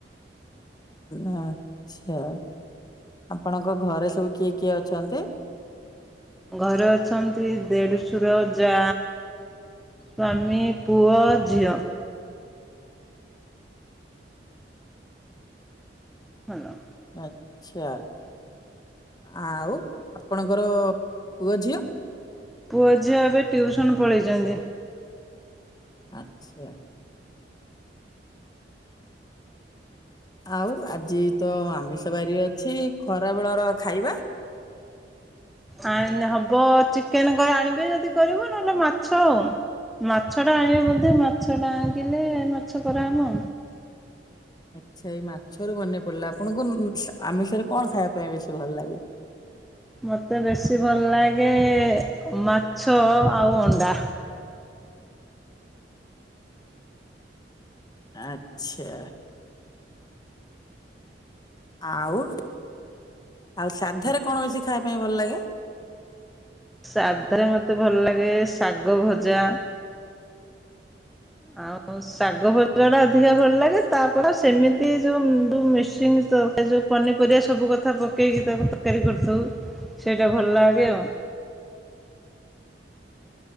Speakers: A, on the left; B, in the centre.
A: ଆ ଛା ଆପଣଙ୍କ ଘରେ ସବୁ କିଏ କିଏ ଅଛନ୍ତି?
B: ଘରେ ଅଛନ୍ତି ଦେଢଶୁର ଯା ସ୍ଵାମୀ ପୁଅ ଝିଅ। ହାଲୋ।
A: ଆଚ୍ଛା। ଆଉ ଆପଣଙ୍କର ପୁଅ ଝିଅ
B: ପୁଅ ଝିଅ ଏବେ ଟ୍ୟୁସନ ପଳେଇଛନ୍ତି।
A: ଆଛା। ଆଉ ଆଜି ତ ଆମିଷ ବାରି ଅଛି ଖରା ବେଳର ଖାଇବା? <unintelligible>
B: ଆ ହବ ଚିକେନ କରି ଆଣିବେ ଯଦି କରିବ ନହେଲେ ମାଛ ଆଉ। ମାଛ ଟା ଆଣିବେ ବୋଧେ ମାଛ ଟା ଆଣିକିନି ମାଛ ଖରାହବ।
A: <unintelligible> ଆଚ୍ଛା ଏଇ ମାଛରୁ ମନେ ପଡିଲା ଆପଣଙ୍କୁ ଆମିଷରେ କଣ ଖାଇବା ପାଇଁ ବେଶୀ ଭଲ ଲାଗେ? <inaudible>
B: ମତେ ବେଶୀ ଭଲ ଲାଗେ ମାଛ ଆଉ ଅଣ୍ଡା।
A: ଆଛା। ଆଉ ଆଉ ସାଧାରେ କଣ ବେଶୀ ଖାଇବା ପାଇଁ ଭଲ ଲାଗେ?
B: ସାଧା ରେ ମତେ ଭଲ ଲାଗେ ଶାଗ ଭଜା ଆଉ ଶାଗ ଭଜା ଟା ଅଧିକା ଭଲ ଲାଗେ ତାପରେ ସେମିତି ଯୋଉ ମିଶିଁ ତ ସେ ଯୋଉ ପନିପରିବା ସବୁ କଥା ପକେଇକି ତାକୁ ତରକାରୀ କରିଥାଉ ସେଇଟା ଭଲ ଲାଗେ ଆଉ।
A: <inaudible>